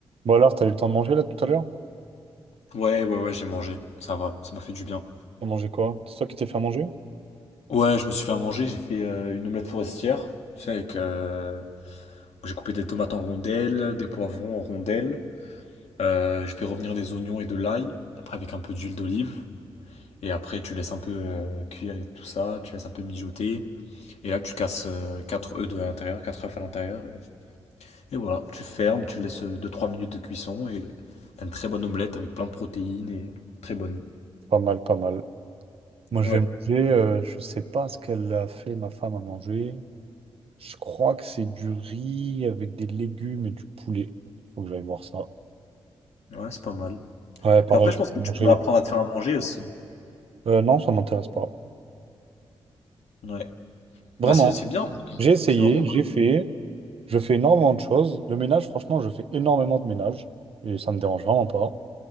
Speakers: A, on the right; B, on the left.
A: Bon alors, t'as eu le temps de manger là tout à l'heure?
B: Ouais, ouais, ouais, j'ai mangé. Ça va, ça m'a fait du bien.
A: T'as mangé quoi? C'est toi qui t'es fait à manger?
B: Ouais, je me suis fait à manger. J'ai fait euh, une omelette forestière. Tu sais, avec. euh, J'ai coupé des tomates en rondelles, des poivrons en rondelles. Euh, j'ai fait revenir des oignons et de l'ail. Après, avec un peu d'huile d'olive. Et après, tu laisses un peu euh, cuire et tout ça. Tu laisses un peu mijoter. Et là, tu casses euh, 4 œufs de l'intérieur, 4 œufs à l'intérieur. Et, et voilà, tu fermes, tu laisses euh, deux trois minutes de cuisson. Et t'as une très bonne omelette avec plein de protéines et très bonne.
A: Pas mal, pas mal. Moi, je
B: Ouais,
A: vais manger, euh, je sais pas ce qu'elle a fait, ma femme, à manger. Je crois que c'est du riz avec des légumes et du poulet. Faut que j'aille voir ça.
B: ouais, c'est pas mal.
A: Ouais, pareil,
B: Puis après, je pense que
A: j'ai
B: tu
A: mangé.
B: peux apprendre à te faire à manger aussi.
A: Euh, non, ça m'intéresse pas.
B: Ouais.
A: Vraiment,
B: Bah, c'est c'est bien.
A: j'ai essayé,
B: C'est vraiment bien.
A: j'ai fait, je fais énormément de choses. Le ménage, franchement, je fais énormément de ménage et ça me dérange vraiment pas.